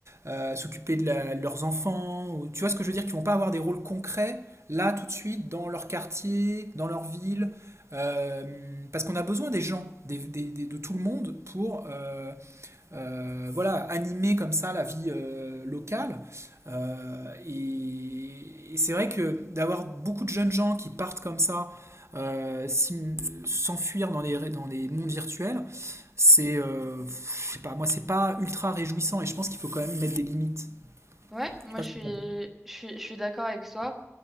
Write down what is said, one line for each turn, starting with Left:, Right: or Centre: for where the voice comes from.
Right: euh, s'occuper de, la- de leurs enfants. Ou, tu vois ce que je veux dire? Qui ne vont pas avoir des rôles concrets là tout de suite dans leur quartier, dans leur ville. Euh, parce qu'on a besoin des gens, des- des- des- de tout le monde pour euh, euh, voilà, animer comme ça la vie euh, locale. Euh, et, et c'est vrai que d'avoir beaucoup de jeunes gens qui partent comme ça, euh, s'im- s'enfuir dans les, dans les mondes virtuels, c'est, euh, je sais pas, moi c'est pas ultra réjouissant et je pense qu'il faut quand même mettre des limites.
Centre: Ouais, moi
Right: Je sais pas
Centre: je
Right: ce
Centre: suis,
Right: que t'en penses.
Centre: je suis, je suis d'accord avec toi.